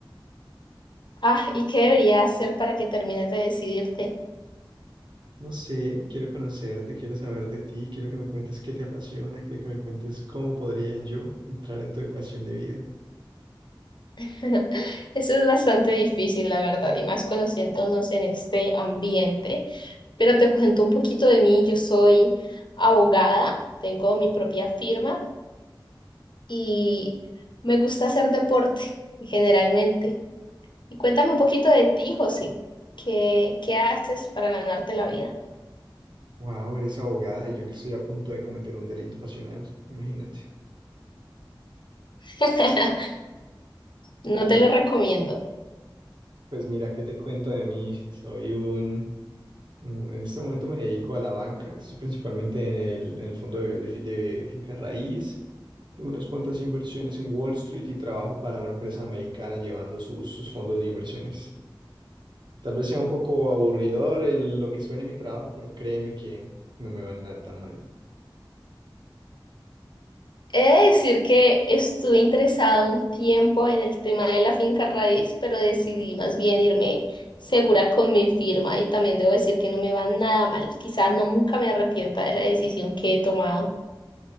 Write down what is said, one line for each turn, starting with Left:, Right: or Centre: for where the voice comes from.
Left: Ah, ¿y qué debería hacer para que termines de decidirte?
Right: No sé, quiero conocerte, quiero saber de ti, quiero que me cuentes qué te apasiona, quiero que me cuentes cómo podría yo entrar en tu ecuación de vida.
Left: <laughs> Eso es bastante difícil, la verdad, y más conociéndonos en este ambiente. Pero te cuento un poquito de mí. Yo soy abogada, tengo mi propia firma y me gusta hacer deporte generalmente. Y cuéntame un poquito de ti, José. ¿Qué, qué haces para ganarte la vida?
Right: Wow, eres abogada y yo que estoy a punto de cometer un delito pasional, imagínate.
Left: <laughs> No
Right: Pues,
Left: te lo recomiendo.
Right: pues mira, ¿qué te cuento de mí? Soy un Mm, En este momento me dedico a la banca, estoy principalmente en el, en el fondo de, de fi- de finca raíz. Tengo unas cuantas inversiones en Wall Street y trabajo para una empresa americana llevando sus, sus fondos de inversiones. Tal vez sea un poco aburridor el- lo que suene mi trabajo, pero créeme que no me va nada mal.
Left: He de decir que estuve interesado un tiempo en el tema de la finca raíz, pero decidí más bien irme segura con mi firma y también debo decir que no me va nada mal. Quizás no nunca me arrepienta de la decisión que he tomado.